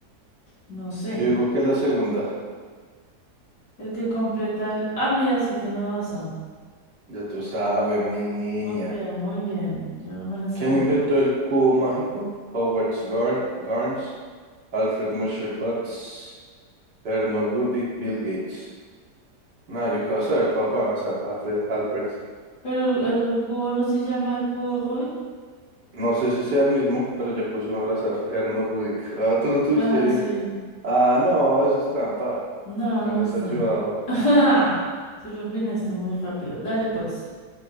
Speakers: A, on the left; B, on the right.
A: no sé.
B: Yo digo que la segunda.
A: El que completa el... Ah, mira, sí, tienes razón.
B: Ya tú sabes, mi niña.
A: Muy bien, muy bien. Yo no me la sabía.
B: ¿Quién inventó el cubo mágico? Howard Garn- Garns, Alfred Musher Butts, Erno Rubik, Bill Gates. No, yo qué vas a ver, papá, azar, Alfred, Alfred.
A: Pero el, el cubo no se llama el cubo Rubik.
B: No sé si sea el mismo, pero ya puse uno al azar, Erno Rubik. Ah, tú lo tuviste
A: Ah,
B: bien.
A: sí.
B: Ah, no, eso es trampa.
A: No,
B: Me
A: no
B: hubieras
A: está.
B: ayudado.
A: <laughs> Tú lo opinaste muy rápido. Dale pues.